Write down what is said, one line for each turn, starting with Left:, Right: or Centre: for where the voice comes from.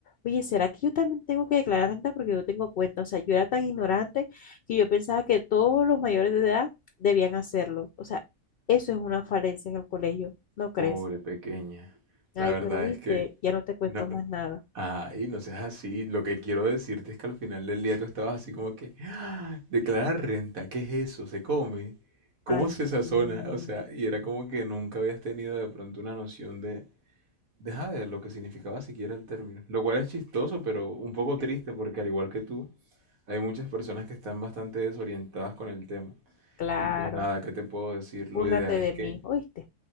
Left: Oye, ¿será que yo también tengo que declarar renta porque yo tengo cuenta? O sea, yo era tan ignorante que yo pensaba que todos los mayores de edad debían hacerlo. O sea, eso es una falencia en el colegio, ¿no crees?
Right: pobre pequeña,
Left: Ay,
Right: la verdad
Left: pero viste,
Right: es que
Left: ya no te cuento
Right: no,
Left: más nada.
Right: ay, no seas así. Lo que quiero decirte es que al final del día tú estabas así como que, "Ah, declarar renta, ¿qué es eso? ¿Se come? ¿Cómo
Left: Ay,
Right: se sazona?
Left: sí,
Right: O sea, y era como que nunca habías tenido de pronto una noción de Deja de lo que significaba siquiera el término. Lo cual es chistoso, pero un poco triste porque al igual que tú, hay muchas personas que están bastante desorientadas con el tema.
Left: claro.
Right: Y pues nada, ¿qué te puedo decir?
Left: Búrlate
Right: Lo ideal es
Left: de
Right: que...
Left: mí, ¿oíste?